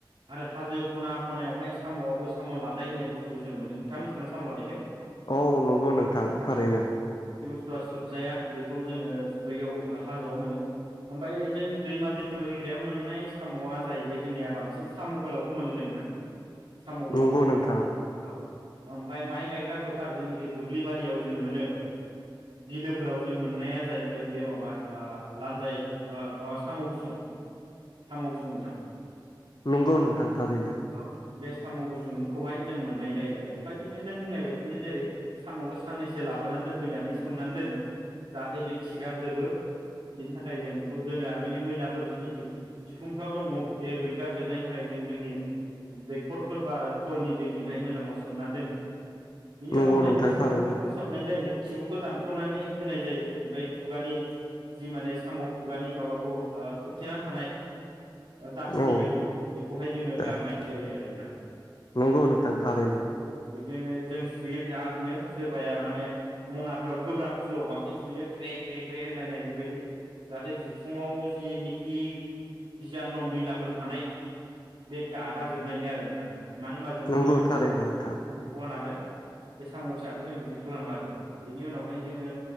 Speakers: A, on the right; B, on the left.
A: आरो हाजो खना खनायावहाय साम आबो साम लादाय होननाय बुस्थुखौ जों मोनो नोंथां मोनथिगौना साम लादायखो
B: औ नंगौ नोंथां थारैनो।
A: आ सोबजाया बेखौ जोङो बैयाव हाजोआव मोनो ओमफ्राय जोङो दैमा दै बोहैग्रायाव मोननाय सामआ जाहैबाय जोंनिया बांसिन साम गोलाव खौ मोनो जों नोंथां साम गोलाव
B: नंगौ नोंथां
A: औ ओमफाय माइ गायग्रा फोथार जेनाखि दुब्लिबारियाव जों मोनो बिलोफोराव जों मोननाया जाहैबाय बेयो माबा ओ लान्जाय माबा मस साम गुसुं साम गुसुं नोंथां
B: नंगौ नोंथां थारैनो
A: औ बे साम गुसुंखौहाय जों मोननाय जायो आरो ओमफ्राय बिदिनो नों बुंनाय बायदिनो जेरै सामखो साननैसो लाबोनानै दोनफैनानै सोमनानै दोनो जाहाथे बे खिगारजोबो बिनि थाखाय जों बेखौ दोनो आरो बिनि मैलाफोर जेनोखि बिखुंफ्राव दङ बे रुइगार जोबनायनि थाखाय जों जोंनि दैखरफोरबा खलनि दैजोंहाय मोजाङाव सोमनानै दोनो बिनि उनावहाय
B: नंगौ नोंथां
A: बे सामखौ
B: थारैनो
A: फोसाबनाय जायो खिबुखौ दानख नानै होनाय जायो ओमफाय खुगानि जि माने साम खुगानि माबाखौ खोबथेनानै थानाय ओ दाखिनि
B: औ
A: बायदि बेखौहाय जोङो
B: दा
A: गारनाय जायो आरो थां
B: नंगौ नोंथां थारैनो
A: बिखानो जों सुयो बिरादनो सोरबाया माने मनाफोराव गोब्राब बुस्थुआव बांसिन सुयो ग्रेग ग्रे ग्रे होनलायनाय बेबायदि जाहाथे बिखुङाव जिनोखि बिजान' मैलाफोर थानाय बे गागा जोबनायनि आरो नोंथां मानो होनबा जोङोथ'
B: नंगौ
A: बेखौ
B: थारैनो नोंथां
A: एख'वा नालाय बे साम' फिसाखो जों बिदि खालामो आरो बिनि उनावहाय जोङो